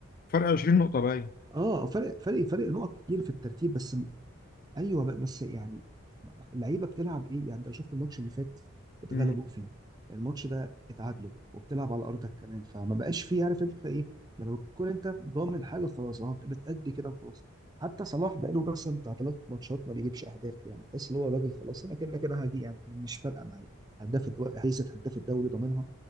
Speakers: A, on the left; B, on the right.
A: فرق 20 نقطه باين
B: اه فرق فرق فرق نقط كتير في الترتيب بس ايوه ب- بس يعني اللعيبه بتلعب ايه يعني انت لو شفت الماتش اللي فات اتغلبوا
A: امم
B: فيه الماتش ده اتعادلوا وبتلعب على ارضك كمان فما بقاش فيه عارف انت ايه لما بتكون انت ضامن حاجه خلاص اه بتأدي كده وخلاص حتى صلاح بقاله بس بتاع ثلاث ماتشات ما بيجيبش اهداف يعني تحس ان هو راجل خلاص انا كده كده هجي يعني مش فارقه معايا هداف الدو- هيثة هداف الدوري ضامنها